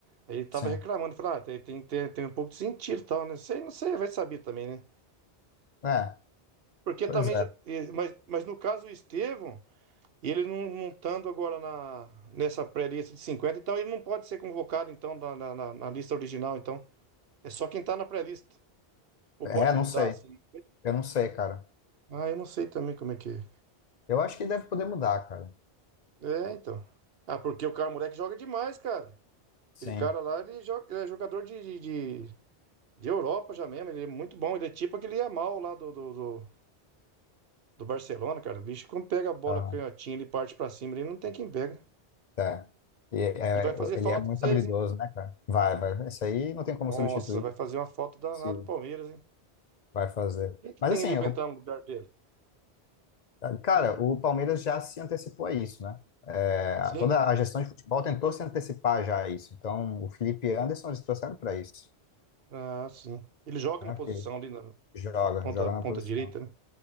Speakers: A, on the right (about 60°); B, on the left (about 45°).
A: Aí ele tava
B: sim.
A: reclamando, falando, ah, tem, tem, tem, tem um pouco de sentido e tal, né? Sei, não sei, vai saber também, né?
B: É,
A: Porque
B: pois
A: também,
B: é.
A: já- e- mas, mas no caso o Estevão, ele não, não estando agora na, nessa pré-lista de 50 então ele não pode ser convocado, então, na, na, na- na lista original, então. É só quem tá na pré-lista. Ou
B: É,
A: pode
B: não
A: mudar,
B: sei,
A: assim.
B: eu não sei, cara.
A: Ah, eu não sei também como é que é.
B: Eu acho que deve poder mudar, cara.
A: É, então. Ah, porque o cara, o moleque joga demais, cara.
B: Sim,
A: Aquele cara lá, ele, joga, ele é jogador de, de, de, de Europa já mesmo. Ele é muito bom. Ele é tipo aquele Yamal lá do, do, do, do Barcelona, cara. O bicho, quando pega a bola
B: aham,
A: canhotinha, ele parte pra cima, ele não tem quem pega.
B: é. E, é,
A: E vai fazer
B: ele
A: falta
B: é muito
A: pra vocês,
B: habilidoso,
A: hein?
B: né, cara? Vai, vai. Isso aí não tem como
A: Nossa,
B: substituir,
A: vai fazer uma falta danada
B: se
A: pro Palmeiras, hein?
B: vai fazer.
A: Quem que
B: Mas
A: tem
B: assim,
A: ali pra
B: eu
A: entrar no lugar dele?
B: Cara, o Palmeiras já se antecipou a isso, né? É,
A: Sim.
B: toda a gestão de futebol tentou se antecipar já a isso. Então, o Felipe Anderson eles trouxeram para isso,
A: Ah, sim. Ele joga
B: né?
A: na posição
B: Porque
A: ali na,
B: joga,
A: na ponta,
B: joga
A: ponta
B: na posição,
A: direita, né?